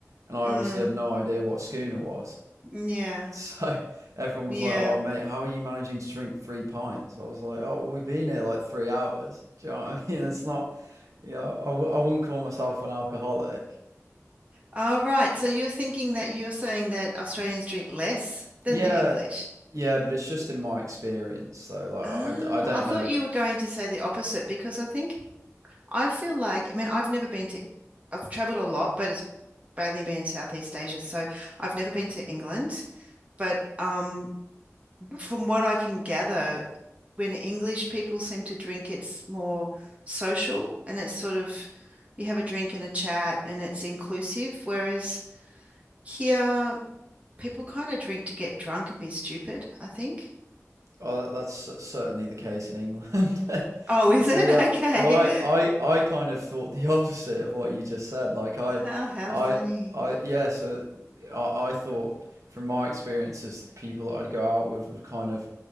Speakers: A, on the right (about 80°); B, on the right (about 25°).
A: and I obviously
B: Mm,
A: had no idea what a schooner was.
B: yeah,
A: So everyone
B: yeah.
A: was like, "Oh, mate, how are you managing to drink three pints?" I was like, "Oh, well, we've been here like three hours." <laughs> Do you know what I mean? It's not, you know, I, w- I wouldn't call myself an alcoholic.
B: All right. So you're thinking that you're saying that Australians drink less than
A: Yeah,
B: the English.
A: yeah, but it's just in my experience, though. Like,
B: Ah,
A: I, I don't
B: I thought
A: know if
B: you were going to say the opposite because I think I feel like, I mean, I've never been to, I've traveled a lot, but it's mainly been in Southeast Asia. So I've never been to England. But um, from what I can gather, when English people seem to drink, it's more social and it's sort of, you have a drink and a chat and it's inclusive. Whereas, Here, people kind of drink to get drunk and be stupid, I think.
A: Oh, that's certainly the case in England. <laughs>
B: Oh, is
A: See,
B: it?
A: uh,
B: <laughs> Okay.
A: well, I, I, I kind of thought the <laughs> opposite of what you just said. Like, I,
B: How how
A: I,
B: funny.
A: I, yeah. So, I, I thought from my experiences, people that I'd go out with would kind of